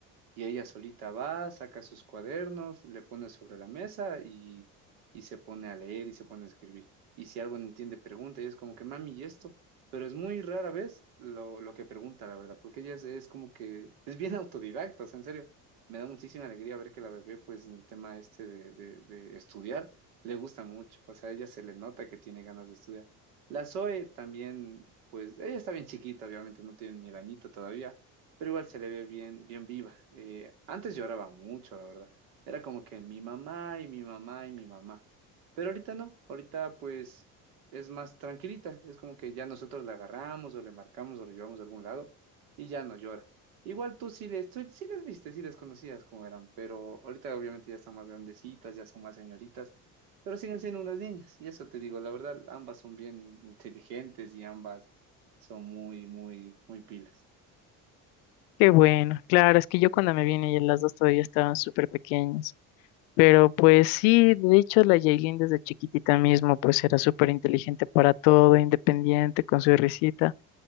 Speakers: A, on the right; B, on the left.
A: Y ella solita va, saca sus cuadernos, le pone sobre la mesa y, y se pone a leer y se pone a escribir. Y si algo no entiende, pregunta. Y es como que, mami, ¿y esto? Pero es muy rara vez lo, lo que pregunta, la verdad, porque ella es, es como que es bien <laughs> autodidacta, o sea, en serio. Me da muchísima alegría ver que la bebé, pues en el tema este de, de, de estudiar, le gusta mucho. O sea, a ella se le nota que tiene ganas de estudiar. La Zoe también, pues ella está bien chiquita, obviamente no tiene ni el añito todavía pero igual se le ve bien, bien viva. Eh, antes lloraba mucho, la verdad. Era como que mi mamá y mi mamá y mi mamá. Pero ahorita no, ahorita pues es más tranquilita. Es como que ya nosotros la agarramos o le marcamos o lo llevamos a algún lado y ya no llora. Igual tú sí les, tú sí les viste, sí les conocías como eran, pero ahorita obviamente ya están más grandecitas, ya son más señoritas, pero siguen siendo unas niñas. Y eso te digo, la verdad, ambas son bien inteligentes y ambas son muy, muy, muy pilas.
B: Qué bueno, claro, es que yo cuando me vine y las dos todavía estaban súper pequeñas. Pero pues sí, de hecho la Yailin desde chiquitita mismo pues era súper inteligente para todo, independiente con su risita.